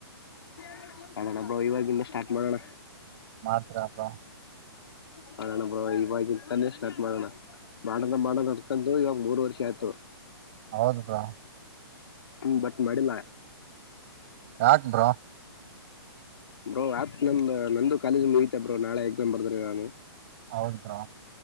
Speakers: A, on the left; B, on the right.
A: <unintelligible> ಬ್ರೋ ಇವಾಗಿಂದ ಸ್ಟಾರ್ಟ್ ಮಾಡೋಣ
B: ಮಾತ್ರರಪ್ಪ
A: ಮಾಡೋಣ ಬ್ರೋ ಇವಾಗಿಂತನೆ ಸ್ಟಾರ್ಟ್ ಮಾಡೋಣ ಮಾಡೋದು ಮಾಡೋ ಅನ್ಕೊಂದು ಇವಾಗ. ಮೂರು ವರ್ಷ ಆಯಿತು
B: ಹೌದು ಬ್ರೊ
A: ಹ್ಮ ಬಟ್ ಮಾಡಿಲ್ಲ.
B: ಯಾಕ್ ಬ್ರೂ.
A: ಬ್ರೋ ಆತ್ ನಂದ ನಂದು ಕಾಲೇಜ್ ಮುಗಿಯಿತೇ ಬ್ರೋ ನಾಳೆ ಎಕ್ಸಾಮ್ ಬರ್ದ್ರಿ ನಾನು.
B: ಹೌದ್ ಬ್ರೋ